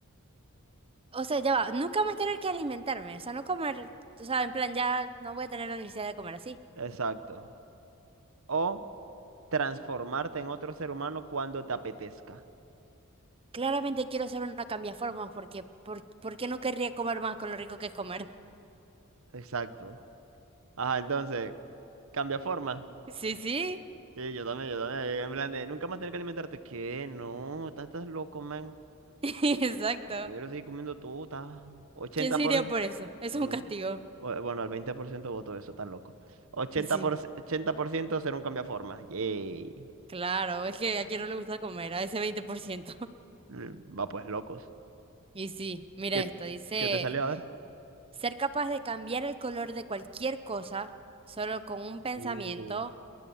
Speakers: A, on the right (about 25°); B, on the right (about 65°).
A: O sea, ya va, nunca más tener que alimentarme, o sea, no comer, o sea, en plan, ya no voy a tener la necesidad de comer así.
B: Exacto. O transformarte en otro ser humano cuando te apetezca.
A: Claramente quiero hacer una cambiaformas porque, por, ¿por qué no querría comer más con lo rico que es comer?
B: Exacto. Ajá, entonces, cambia forma.
A: Sí, sí,
B: Sí, yo también, yo también. En plan de, nunca más tener que alimentarte. ¿Qué? No, estás, estás loco, man.
A: <laughs> exacto.
B: Primero sigue comiendo tú, estás ochenta
A: ¿Quién se
B: por...
A: iría por eso? Eso
B: No.
A: es un castigo.
B: O- Bueno, al 20% voto eso, tan loco. ochenta
A: Sí,
B: por... ciento, ochenta por ciento ser un cambio de Yay.
A: claro, es que a quien no le gusta comer, a ese 20%. <laughs>
B: Mm, Va pues, locos.
A: Y sí, mira
B: ¿Qué,
A: esto,
B: t-
A: dice.
B: qué te salió a ver?
A: Ser capaz de cambiar el color de cualquier cosa solo con un pensamiento
B: Uh,